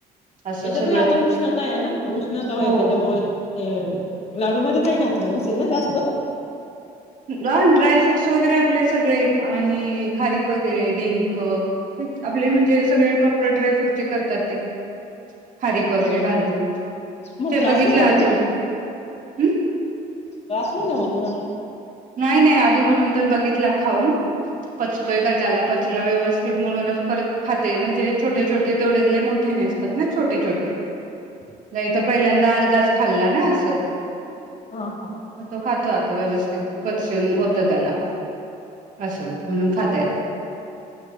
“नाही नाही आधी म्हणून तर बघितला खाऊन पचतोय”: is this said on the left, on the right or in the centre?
Right